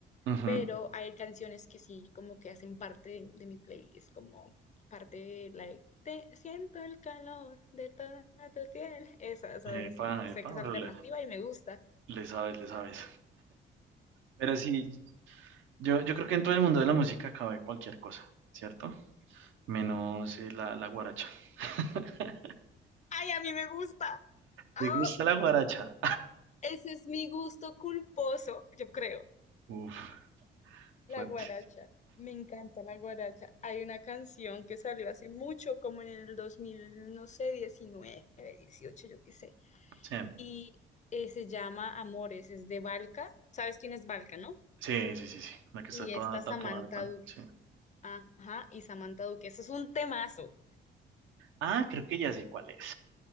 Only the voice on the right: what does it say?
ujú,
Epa,
epa,
pero
le,
le sabes, le sabes. Pero sí, yo, yo creo que en todo el mundo de la música cabe cualquier cosa, ¿cierto? Menos eh, la, la guaracha. <laughs>
¿Te gusta la guaracha?
Uf, fuerte.
Sí,
sí, sí, sí, sí. La que está
toda
tatuada,
tan,
sí.
Ah, creo que ya sé cuál es.